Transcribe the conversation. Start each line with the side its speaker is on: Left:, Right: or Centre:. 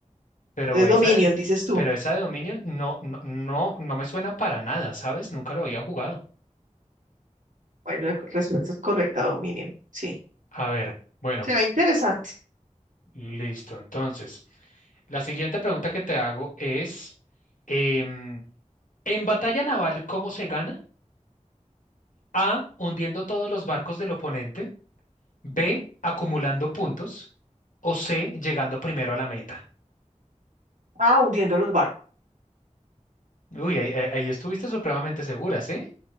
Left: pero
Right: Entonces
Left: esa,
Right: Dominion,
Left: de-
Right: dices tú.
Left: pero esa de Dominion no, no, no, no me suena para nada, ¿sabes? Nunca lo había jugado.
Right: Bueno, la co- respuesta es correcta, Dominion. Sí,
Left: A ver, bueno,
Right: se ve interesante.
Left: listo. Entonces, la siguiente pregunta que te hago es... em, En batalla naval, ¿cómo se gana? A, hundiendo todos los barcos del oponente. B,
Right: Ujú.
Left: acumulando puntos. O C, llegando primero a la meta.
Right: Ah, hundiendo los barcos.
Left: Uy, ahí, ahí- ahí estuviste supremamente segura, ¿sí?